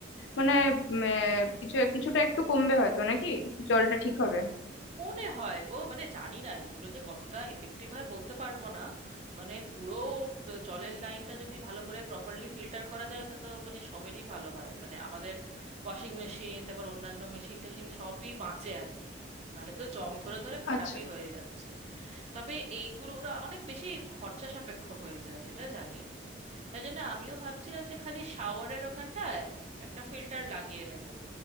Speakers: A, on the left; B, on the right.
A: মানে উম, আহ, কিছু কিছুটা একটু কমবে হয়তো নাকি জলটা ঠিক হবে
B: মনে হয় গো মানে জানি না এগুলো যে কতটা এফেক্টিভ হয় বলতে পারবো না মানে পুরো ব- জলের লাইনটা যদি ভালো করে প্রপারলি ফিল্টার করা যায় তা তো মানে সবেরই ভালো হয় মানে আমাদের ওয়াশিং মেশিন তারপর অন্যান্য মেশিন টেশিন সবই বাঁচে আর কি নাহলে তো জং ধরে ধরে খারাপই
A: আচ্ছা
B: হয়ে যাচ্ছে তবে এইগুলোটা অনেক বেশি খরচা সাপেক্ষ হয়ে যায় সেটা জানি তাই জন্য আমিও ভাবছিলাম যে খালি শাওয়ারের ওখানটায় একটা ফিল্টার লাগিয়ে নেব